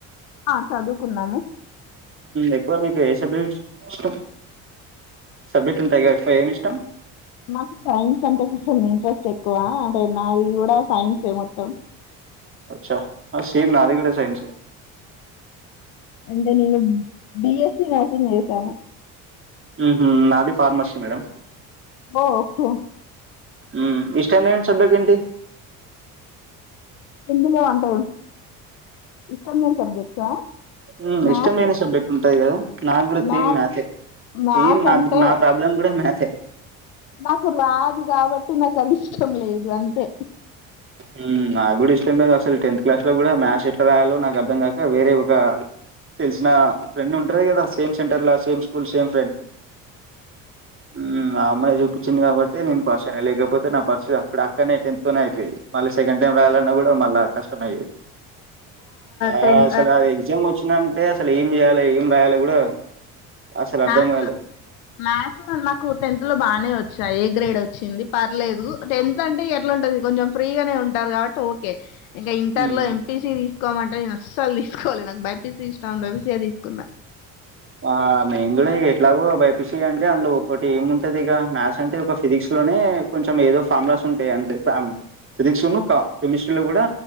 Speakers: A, on the left (about 85°); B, on the right (about 30°).
A: ఆ చదువుకున్నాము
B: ఎక్కువ మీకు ఏ సబ్జెక్ట్ ఇష్టం సబ్జెక్ట్ ఉంటాయి ఎక్కువ ఏమి ఇష్టం
A: నాకు సైన్స్ అంటే కొంచెం ఇంట్రెస్ట్ ఎక్కువ అంటే నాది కూడా సైన్స్ ఏ మొత్తం
B: అచ్ఛా సేమ్ నాది కూడా సైన్స్ ఏ
A: అంటే నేను బిఎస్సీ నర్సింగ్ చేసాను
B: ఊహు నాది ఫార్మసీ మేడం
A: ఓహో
B: ఉమ్ ఇష్టం లేని సబ్జెక్ట్ ఏంటి
A: హిందీలో అంటే ఇష్టమైన సబ్జెక్ట్సా
B: హ్మ్
A: మ్యాథ్స్
B: ఇష్టమైన సబ్జెక్ట్స్ ఉంటాయి కదా నాకు కూడా సేమ్
A: మ్యాథ్స్
B: మ్యాథ్సే
A: మ్యాథ్స్
B: సేమ్ నాకు
A: అంటే
B: నా ప్రాబ్లం కూడా మ్యాచే
A: నాకు రాదు కాబట్టి నాకు అది ఇష్టం లేదు అంతే
B: హ్మ్ నాకు కూడా ఇష్టం లేదు అసలు టెన్త్ క్లాస్ లో కూడా మ్యాథ్స్ ఎట్లా రాయాలో నాకు అర్థం కాక వేరే ఒక తెలిసిన ఫ్రెండ్ ఉంటారు కదా సేమ్ సెంటర్ ల సేమ్ స్కూల్ సేమ్ ఫ్రెండ్ ఊ ఆ అమ్మాయి చూపిచ్చింది కాబట్టే నేను పాస్ అయినా లేకపోతే నా పర్సి అక్కడ క్కడనే టెన్త్ తోనే అయిపోయేది మళ్ళ సెకండ్ టైం రాయాలన్నా కూడా మళ్ళా కష్టం అయ్యేది ఆ
A: టెన్
B: అసలు ఎగ్జామ్ వచ్చినంటే అసలు ఏం చేయాలి ఏం రాయాలి కూడా అసలు అర్థం
A: మ్యాథ్స్
B: కాలే
A: మ్యాథ్స్ నాకు టెన్త్ లో బా నే వచ్చాయి ఏ గ్రేడ్ వచ్చింది పర్లేదు టెన్త్ అంటే ఎట్లా ఉంటంది కొంచెం ఫ్రీగానే ఉంటారు కాబట్టి ఓ కే ఇంకా ఇంటర్
B: మ్మ్
A: లో ఎం పీ సి తీస్ కోమంటే నేను అసలు తీసుకోలే నాకు బై పి సీ ఇష్టం అని బై పి సీ యే తీసుకున్నా
B: ఆ నేను కూడా ఇగ ఎట్లాగో బై పి సి అంటే అందులో ఒక్కటి ఏముటదిగ మ్యాథ్స్ అంటే ఒక ఫిజిక్స్ లోనే కొంచెం ఏదో ఫార్ములాస్ ఉంటాయి అంతే ఫామ్ ఫిజిక్స్ లోనూ కా కెమిస్ట్రీ లో కూడా